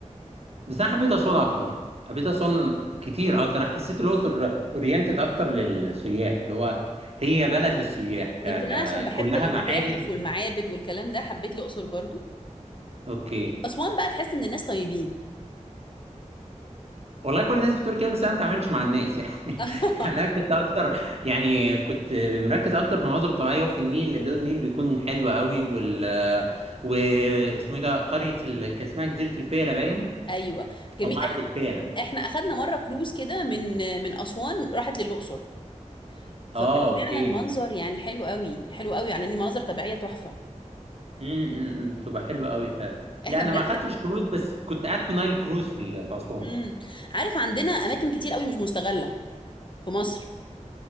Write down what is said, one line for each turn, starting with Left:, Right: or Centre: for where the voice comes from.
Right: بس انا حبيت اسوان اكتر حبيت اسوان كتير اكتر انا حسيت الاقصر اورينتد اكتر للسياح اللي هو هي بلد للسياح ك...
Left: يمكن
Right: ك...
Left: انا عشان بحب
Right: كلها
Left: المتاحف
Right: معابد
Left: والمعابد والكلام ده حبيت الاقصر برضو
Right: اوكي
Left: اسوان بقى تحس ان الناس طيبين
Right: والله كل الناس بتقول كده بس انا ما اتعاملتش مع الناس <laughs> يعني
Left: <laughs>
Right: يعني انا كنت اكتر يعني كنت مركز اكتر في المناظر الطبيعيه وفي النيل لون النيل بيكون حلو قوي وال واسمه ايه ده قريه ال... كان اسمها جزيره الفيله باين
Left: ايوه جميل
Right: او معبد
Left: إح-
Right: الفيله
Left: احنا اخدنا مره كروز كده من من اسوان راحت للاقصر فكان
Right: اه
Left: فعلا
Right: اوكي
Left: منظر يعني حلو قوي حلو قوي على ان مناظر طبيعيه تحفه
Right: امم بتبقى حلوه قوي فعلا
Left: احنا
Right: لا انا
Left: بجد
Right: ما خدتش كروز بس كنت قاعد في نايل كروز في ال- في اسوان
Left: امم عارف عندنا اماكن كتير قوي مش مستغله في مصر